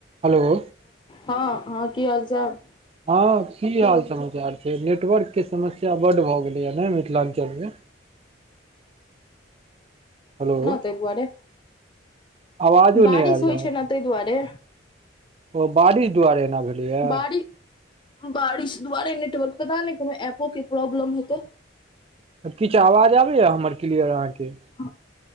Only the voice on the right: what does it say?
Hello
हँ की हाल समाचार छै नेटवर्क के समस्या बड्ड भऽ गेलैय ने मिथिलाञ्चलमे हेलो
आवाजो
नहि आयल
रहल
ओ बारिश दुआरे एना भेलैए
तब किछु आवाज आबैया हमर क्लियर अहाँके